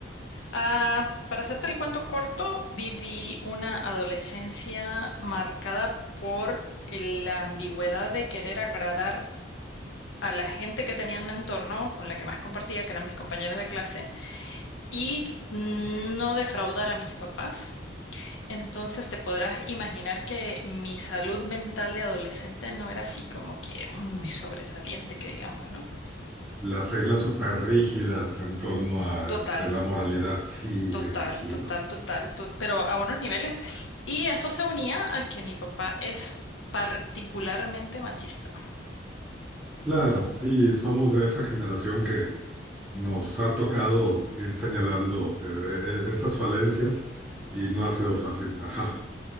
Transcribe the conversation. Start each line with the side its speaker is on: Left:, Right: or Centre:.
Left: Ah, para hacerte el cuento corto, viví una adolescencia marcada por el- la ambigüedad de querer agradar a la gente que tenía en mi entorno, con la que más compartía, que eran mis compañeros de clase, y no defraudar a mis papás. Entonces te podrás imaginar que mi salud mental de adolescente no era así como que muy sobresaliente, que digamos, ¿no?
Centre: Las reglas súper rígidas en torno a
Left: Total.
Centre: este, la moralidad. Sí,
Left: Total,
Centre: me imagino.
Left: total, total, to- pero a unos niveles. <laughs> Y eso se unía a que mi papá es particularmente machista.
Centre: Claro, sí, somos de esa generación que nos ha tocado ir señalando eh, eh, esas falencias y no ha sido fácil. Ajá.